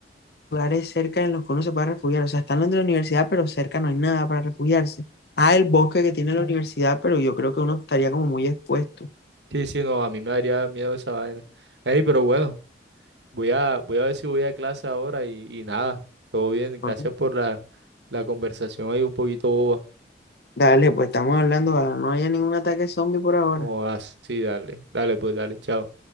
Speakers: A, on the left; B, on the right.
A: lugares cerca en los que uno se pueda refugiar. O sea, están los de la universidad, pero cerca no hay nada para refugiarse. Ah, el bosque que tiene la universidad, pero yo creo que uno estaría como muy expuesto.
B: Sí, sí, no, a mí me daría miedo esa vaina. Ey, pero bueno, voy a, voy a ver si voy a clase ahora y, y nada, todo bien,
A: Bueno,
B: gracias por la, la conversación ahí un poquito boba.
A: dale, pues estamos hablando, ojalá no haya ningún ataque zombie por ahora.
B: Como así, dale, dale, pues dale, chao.